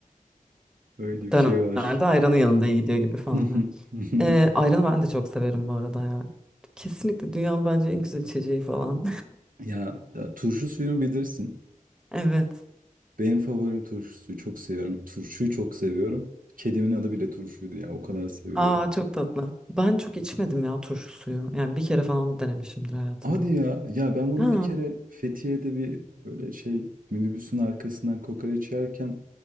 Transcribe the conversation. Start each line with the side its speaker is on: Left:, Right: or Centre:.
Right: Öyle bir
Centre: dönemlerde
Right: şey var.
Centre: ayranın yanında iyi gidiyor gibi falan.
Right: <laughs>
Centre: ha. Ee, ayranı ben de çok severim bu arada ya. Kesinlikle dünyanın bence en güzel içeceği falan.
Right: Ya, ya turşu suyunu bilirsin.
Centre: <laughs> Evet.
Right: Benim favorim turşu suyu. Çok seviyorum. Turşuyu çok seviyorum. Kedimin adı bile turşuydu ya. O kadar seviyorum.
Centre: Aa çok tatlı. Ben çok içmedim ya turşu suyu. Yani bir kere falan denemişimdir hayatımda.
Right: Hadi ya. Ya ben bunu
Centre: Ha.
Right: bir kere Fethiye'de bir böyle şey minibüsün arkasından kokoreç yerken